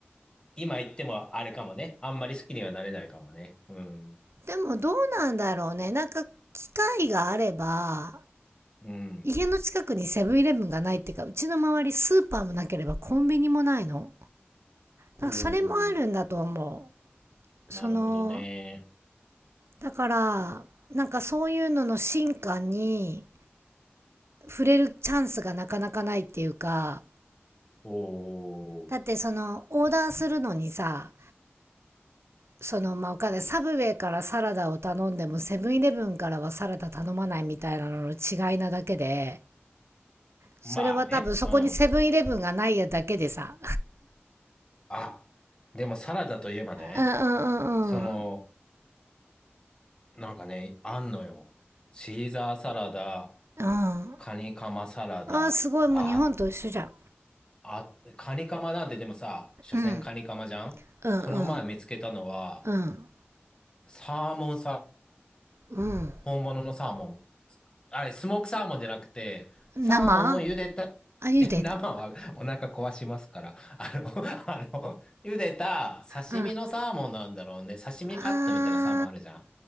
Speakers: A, on the left (about 20°); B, on the right (about 80°).
A: 今言ってもあれかもね。あんまり好きにはなれないかもね。うん。
B: ーでもどうなんだろうねなんか機会があれば
A: うん。
B: 家の近くにセブンイレブンがないっていうかうちの周りスーパーもなければコンビニもないの
A: お
B: なんかそれもあるんだと思
A: お、
B: うその
A: なるほどね。
B: だからなんかそういうのの進化に触れるチャンスがなかなかないっていうか、
A: おお、
B: だってその、オーダーするのにさ、その、まあ、お金、サブウェイからサラダを頼んでも、セブンイレブンからはサラダ頼まないみたいなのの違いなだけで、それは多分そこにセブンイレブンがないやだけでさ。
A: まあね。うん。あ、でもサラダといえばね、
B: うんうんうんうん。
A: その、なんかね、あんのよ。シーザーサラダ、
B: うん。
A: カニカマサラダ、
B: あーすごい、もう日本と一緒じゃん。
A: あ、あ、カニカマなんてでもさ、所詮カニカマじゃんこの前見つけたのは、
B: うん。うんうん。うん。
A: サーモンさ、
B: うん。
A: 本物のサーモン。あれ、スモークサーモンじゃなくて、
B: 生
A: サーモンを茹でた、
B: あ、茹でた。
A: え生はお腹壊しますから、あの、<laughs> あの、茹でた刺身のサーモンなんだろうね。
B: うん。
A: 刺身カットみたいなサーモンあるじゃん。
B: あ